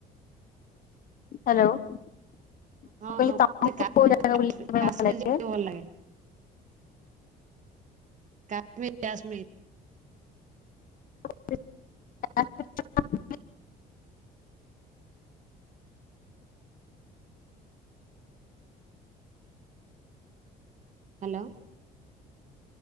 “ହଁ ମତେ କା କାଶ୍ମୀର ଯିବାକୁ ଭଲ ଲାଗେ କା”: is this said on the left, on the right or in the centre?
Right